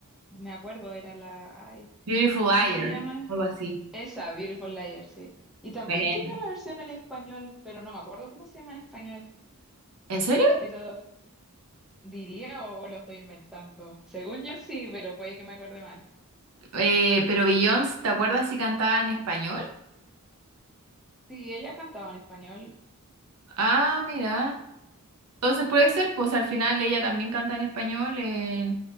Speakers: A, in the centre; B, on the right (about 85°).
A: me acuerdo, era la... Ay,
B: Beautiful Liar,
A: ¿cómo se llama?
B: algo así.
A: Esa, Beautiful Liar, sí. Y también
B: Bueno.
A: tenía una versión en español, pero no me acuerdo cómo se llama en español.
B: ¿En serio?
A: Pero diría o, o lo estoy inventando. Según yo sí, pero puede que me acuerde mal.
B: Eh, pero Beyoncé, ¿te acuerdas si cantaba en español?
A: Sí, ella cantaba en español
B: Ah, mira. Entonces puede ser, pues al final ella también canta en español. eh,